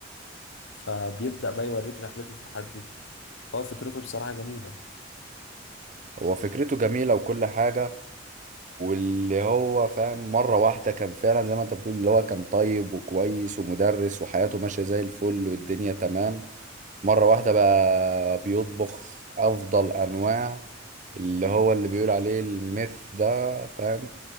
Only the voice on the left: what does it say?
فبيبدأ بقى يوريك رحلته في الحد دي هو فكرته بصراحة جميلة